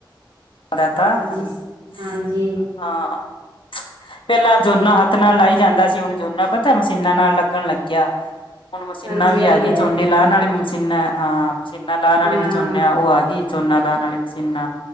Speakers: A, on the left; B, on the right.
A: <inaudible> ਪਹਿਲਾਂ
B: ਹਾਂਜੀ ਹਾਂਜੀ
A: ਝੋਨਾ ਹੱਥ ਨਾਲ ਲਾਈ ਜਾਂਦਾ ਸੀ ਹੁਣ ਝੋਨਾ ਪਤਾ ਮਸ਼ੀਨਾਂ ਨਾਲ ਲੱਗਣ ਲੱਗਿਆ ਹੁਣ ਮਸ਼ੀਨਾਂ
B: ਹਾਂਜੀ
A: ਵੀ ਆ
B: ਤਾਂ
A: ਗਈ
B: ਹੈ
A: ਝੋਨੇ ਲਾਨ ਨਾਲੇ ਵੀ ਮਸ਼ੀਨਾਂ ਹਾਂ ਮਸ਼ੀਨਾ ਲਾਹ ਵਾਂਲੇ
B: ਹਾਂ
A: ਵੀ ਝੋਨੇ ਉਹ ਆ ਗਈ ਚੋਨ ਲਾਨ ਵਾਂਲੀ ਮਸ਼ੀਨਾ